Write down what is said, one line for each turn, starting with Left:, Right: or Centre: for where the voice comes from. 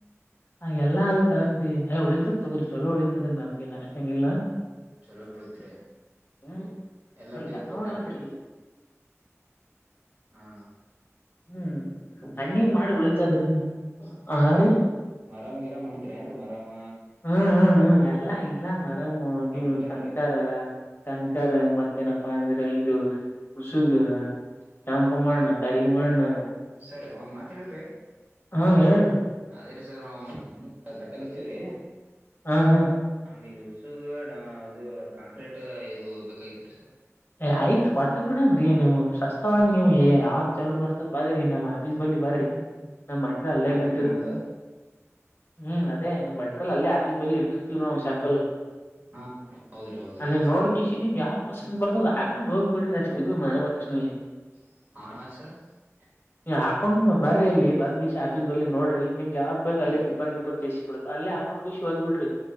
Left: ಹಾಗ ಎಲ್ಲಾ ಅದುೂ ತಗದಿ ಉಳಿತದತ್ ತಗೋರಿ ಚಲೋ ಉಳಿತದಂಗ ನಮ್ಗೆ ಏನ್ ಎಷ್ಟೇನ ಇಲ್ಲಾ.
Right: ಚಲೋ ಅಳತ್ರಿ
Left: ಹ್ಮ್
Right: ಎಲ್ಲಾ
Left: ನಮ್
Right: ದೇವ್ರ
Left: ಸಣ್ಣವ್ರ
Right: ಕೊಟ್ಟನ್ರಿ.
Left: ಆದ್ರಿ
Right: ಹಾ.
Left: ಹ್ಮ್ ಹಂಗಿಂಗ ಮಾಡಿ ಉಳಿತದ್ರಿ ಆ ರೀ.
Right: ಮರಾಮ್ರ್ ಹಡ್ತರಿ ಏನ್ರಿ ಮರಾಮ
Left: ಹ್ಮ್ ಹ್ಮ ಹ್ಮ ಎಲ್ಲಾ ಇಲ್ಲ ಮರಮ ನೀವ್
Right: ಎ ಟು ಜೆಡ್
Left: ಕಂಕರ.
Right: ರೀ
Left: ಕಂಕರ್ ಮತ್ತೇನಪ್ಪಾ ಅಂದ್ರೆ ಇದು ಉಸುಗ. ಕೆಂಪ ಮಾಡಣಣ
Right: ಸರ್
Left: ಕರಿಗ ಮಾಡಣ.
Right: ಸರಿ ಒಂದ್ ಮಾತ್ ಹೇಳ್ರಿ.
Left: ಹಾ ಹೇಳ್ರಿ.
Right: ಅದೇ ರೀ ಸರ್ ನಾವು ಮನಿ ಕಟ್ಟಾಗತ್ತೀವ್ರೀ.
Left: ಹ್ ಹಾ.
Right: ನಮ್ಗೆ ಇಲ್ಲಿ ಉಸುಗ ಡ ಅದು ಕಾಂಕ್ರೀಟ್ ಇದು ಬೇಕಾಗಿತ್ರಿ ಸರ್.
Left: ಏ ಆಯ್ತ್ ಕೊಟ್ಟ ಕೂಣ್ರೀ ನೀವು್ ಶಸ್ತವಿ
Right: ಆರ್ಸ-
Left: ನೀವ್ ಯಾವ್ ಚಲೋ ಕಣ ಬದ್ರಿ. ನಮ್ಮ್ ಆಫೀಸ್ ಬಲ್ಲಿ ಬರ್ರಿ
Right: ಛತ್
Left: ನಮ್ಮ್
Right: ಛತ್
Left: ಮಟ್ರ ಅಲ್ಲೇ
Right: ಆಗ್ಬೇಕು
Left: ಬಿದ್ದಿರುದದ.
Right: ನಮ್ಗ.
Left: ಹ್ಮ್ ಅದೇ ನಮ್ಮ್ ಬಟ್ರಲ್ಲ ಅಲ್ಲಿೇ ಆ ಬ ಇಟ್ಟಿರ್ತೀವ ನಾವು ಶ್ಯಾಂಪಲ್
Right: ಹಾ ಹೌದ್ರಿ ಹೌದ್ರಿ
Left: ಅಲ್ಲಿ ನೋಡಕ ನೀವ್ ಯಾ ಬರ್ತ ಹಾಕೊಂಡ್ ಹೋಗ್ ಬಿಡ್ರಿ ಅಷ್ಟ ಇಲ್ ಮಾಡಬಸ್ನಿ.
Right: <unintelligible>
Left: ನೀ ಹಾಕೊಂಡ್ ಬರರಿ ಅಲ್ಲಿ ಬಂದ್ ಈಶ ಶ ಆಫೀಸ್ ಬಲ್ಲಿ ನೋ್ರಿ ನಿಮ್ಗೆ ಯಾವ್ದ ಬಕ್
Right: ಹ್ಮ
Left: ಅಲ್ಲಿ ಟಿಬ್ರ್ ಇಬ್ರ್ ಜೇಸ ಅಲ್ಲೇ ಹಾಕೊಂಡ್ ಖುಷಿ ಹೋಗ್ ಬಿಡ್ರಿ